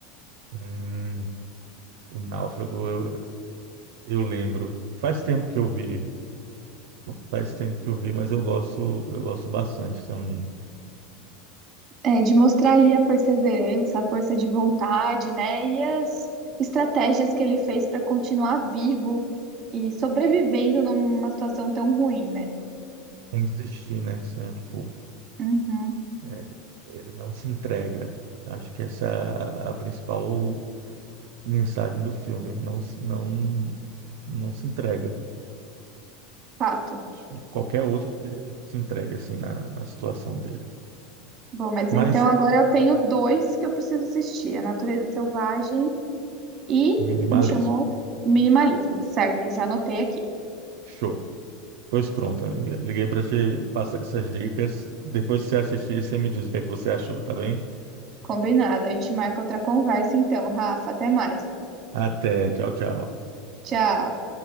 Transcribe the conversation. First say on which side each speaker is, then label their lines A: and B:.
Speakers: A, on the right; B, on the right.
A: Hum, o Náufrago, eu, eu lembro. Faz tempo que eu vi, Faz tempo que eu vi, mas eu gosto, eu gosto bastante também.
B: É, de mostrar ali a perseverança, a força de vontade, né? E as estratégias que ele fez para continuar vivo e sobrevivendo numa situação tão ruim, né?
A: Sem desistir, né? Assim, tipo,
B: Uhum,
A: é, ele não se entrega. Acho que essa é a a principal mensagem do filme. Ele não, se- não, não se entrega.
B: fato.
A: Acho que qualquer outro teria se entregue assim na, na situação dele.
B: Bom, mas
A: Mas
B: então agora eu tenho dois que eu preciso assistir: A Natureza Selvagem e,
A: minimalismo.
B: como chamou? Minimalismo. Certo, já anotei aqui.
A: Show. Pois pronto, amiga. Liguei para te passar essas dicas. Depois que você assistir, você me diz o que é que você achou, tá bem?
B: Combinado. A gente marca outra conversa então, Rafa. Até mais.
A: Até. Tchau, tchau.
B: Tchau.